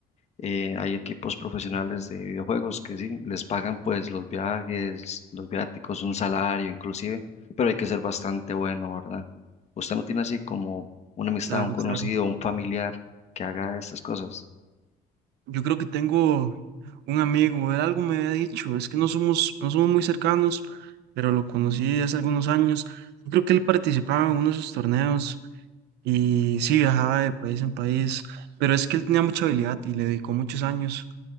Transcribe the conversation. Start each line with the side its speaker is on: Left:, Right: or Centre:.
Left: eh, hay equipos profesionales de videojuegos que sí, les pagan pues los viajes, los viáticos, un salario inclusive, pero hay que ser bastante bueno, ¿verdad? ¿Usted no tiene así como una amistad,
Right: Claro,
Left: un conocido,
Right: claro.
Left: un familiar que haga estas cosas?
Right: Yo creo que tengo un amigo, él algo me había dicho, es que no somos, no somos muy cercanos, pero lo conocí hace algunos años. Yo creo que él participaba en uno de sus torneos y sí viajaba de país en país, pero es que él tenía mucha habilidad y le dedicó muchos años.